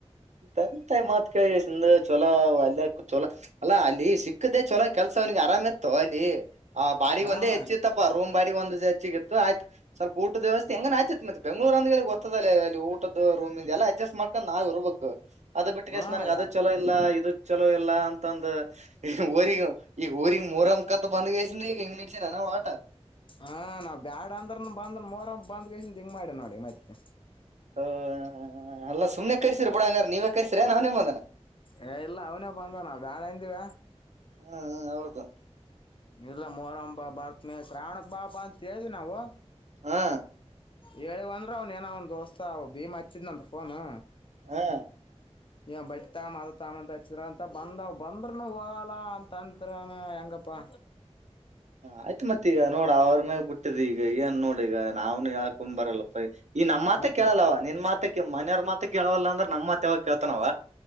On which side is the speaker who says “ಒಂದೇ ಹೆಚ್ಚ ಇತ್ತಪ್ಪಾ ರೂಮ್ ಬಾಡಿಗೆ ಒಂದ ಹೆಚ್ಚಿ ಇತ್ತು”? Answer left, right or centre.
Right